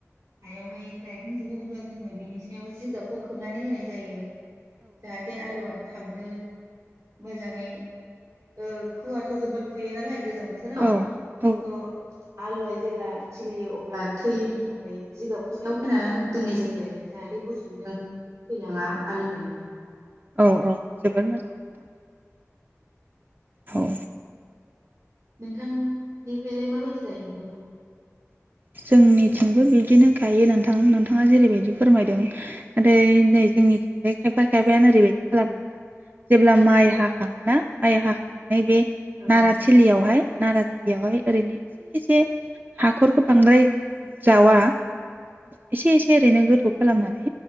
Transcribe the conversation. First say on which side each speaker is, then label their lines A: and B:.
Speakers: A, on the right; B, on the right.
A: हायावहाय गायखांजोबो अब्ला जोङो बिनि सायाव जिगाबखौ खोबनानै होनाय जायो। जाहाथे आलुवा था थाबनो मोजाङै ओ खुवाथ' जोबोर खुयो नालाय गोजां बोथोराव
B: औ औ
A: थ' आलुवा जेरै ब्ला खिलियो अब्ला थैयैनि थाखाय जिगाबखौ सायाव होना दोननाय जायो आरो जाहाथे गुसुजों थैलाङा आलु गायनाया
B: औ औ जोबोर मोजां नोंथां। औ
A: नोंथां बेफायलाय माबायदि गायो आलुखौ?
B: जोंनिथिंबो बिदिनो गायो नोंथां नोंथाङा जेरैबायदि फोरमायदों नाथाय नै जोंनिथिंजाय खायफा खायफायानो ओरैबायदि खालामो नोंथां जेब्ला माइ हाखाङोना माइ हाखांनानै बे नाराथिलियावहाय
A: औ नोंथां
B: नाराथिलियावहाय ओरैनो एसे एसे हाखर खो बांद्राय जावा एसे एसे ओरैनो गोथौ खालामनानै